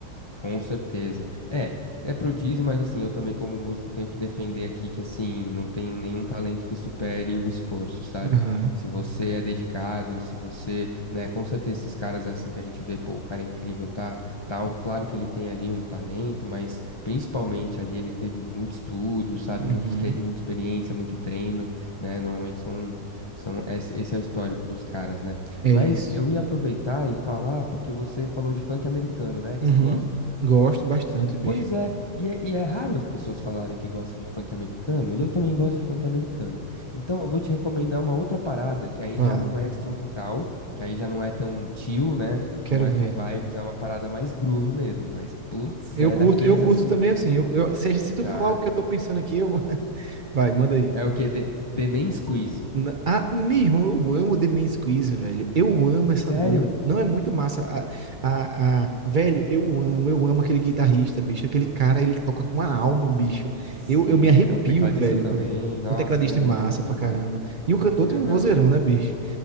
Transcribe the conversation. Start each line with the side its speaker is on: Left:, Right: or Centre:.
Left: Com certeza. É, é prodígio, mas assim, eu também como músico tenho que defender aqui que assim, não tem nenhum talento que supere o esforço, sabe?
Right: Aham.
Left: Se você é dedicado, se você, né, com certeza esses caras assim que a gente vê, pô, o cara é incrível, tá, tal, claro que ele tem ali um talento, mas principalmente ali ele teve muito estudo, sabe?
Right: Uhum.
Left: Muito, exper- muita experiência, muito treino, né? Normalmente são, são, é, esse esse é o histórico dos caras, né?
Right: É
Left: Mas
Right: isso.
Left: eu ia aproveitar e falar, porque você falou de funk americano, né, que
Right: Uhum.
Left: você gosta?
Right: Gosto bastante, bicho.
Left: Pois é, e é, e é raro as pessoas falarem que gostam de funk americano, e eu também gosto de funk americano. Então eu vou te recomendar uma outra parada, que aí
Right: Fala.
Left: já não é instrumental, que aí já não é tão chill, né?
Right: Quero
Left: Não é
Right: ver.
Left: tão vibes, é uma parada mais groove mesmo, mas putz,
Right: Eu
Left: é
Right: curto,
Left: daqueles
Right: eu curto
Left: assim,
Right: também, assim. Eu, eu- se, a gente- se tu
Left: tá?
Right: falar o que eu tô pensando aqui, eu vou. <laughs> Vai, manda aí.
Left: É o quê? The, The Man Squeeze.
Right: Na- Ah, meu irmão, eu amo The Man's Quiz, velho. Eu amo essa
Left: Sério?
Right: banda. Não é muito massa. A, a, a- Velho, eu amo, eu amo aquele guitarrista, bicho. Aquele cara, ele toca com a alma, bicho.
Left: Sim,
Right: Eu, eu me arrepio,
Left: é o tecladista
Right: velho.
Left: também.
Right: quando-
Left: Nossa,
Right: O tecladista
Left: eu
Right: é massa
Left: amo essa
Right: pra
Left: banda.
Right: caramba. E o cantor
Left: Aham,
Right: tem um vozeirão, né, bicho?